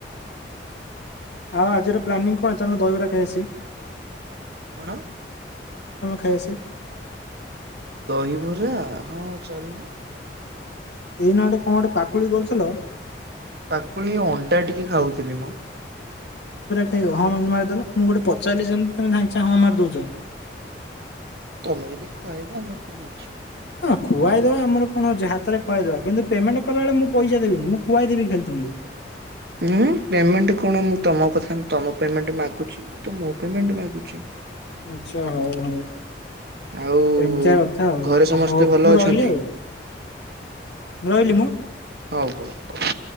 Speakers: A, on the left; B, on the right.
A: ଆଉ ଆଜିର ପ୍ଲାନିଂ କଣ ଚାଲ ଦହିବରା ଖାଇ ଆସି
B: କଣ
A: ଖାଇ ଆସ
B: ଦହିବରା ହଁ ଚାଲିଲ
A: ଏଇ ନାଟେ କଣ ଗଟେ ପାକୁଳି କରୁଥିଲ
B: ତାକୁଳି ଅଣ୍ଟା ଟିକେ ଖାଉଥିଲି ମୁଁ
A: ଖାଇ ହଁ ମ ମାରିଦେଲ ମୁଁ ଗୋଟେ ପଚାରିଲି ଯେମିତି ତମେ ଭାଛ ହଁ ମାରିଦଉଛ
B: ତମେ ଯଦି ଖୁଆଇବ ଆମର କଣ ଅଛି
A: ହଁ ଖୁଆଇଦବା ଆମର କଣଉଛି ହାତରେୁଆଇଦବା କିନ୍ତୁ ପେମେଣ୍ଟ କଲା ବଳେ ମୁଁଇସ ଦେବି ମୁଁ ଖୁଆଇ ଦେବି ଖାଲି ତ ହୁଁ
B: ହଁ ପେମେଣ୍ଟ କଣ? ମୁଁ ତମ କଥା ତମ ପେମେଣ୍ଟ ମାଗୁଛି <unintelligible> ତ ମୋ ପେମେଣ୍ଟ ମାଗୁଛି
A: ଆଛା ହଉ ହଉ
B: ଆଉ
A: ଏମତିଆ କଥା ଆଉ,
B: ଘରେ ସମସ୍ତେ
A: ହଉ
B: ଭଲ
A: ମୁଁ
B: ଅଛନ୍ତି?
A: ରହିଲି ଆଉ ରହିଲି ମୁଁ
B: ହଉ ହଉ ହଉ-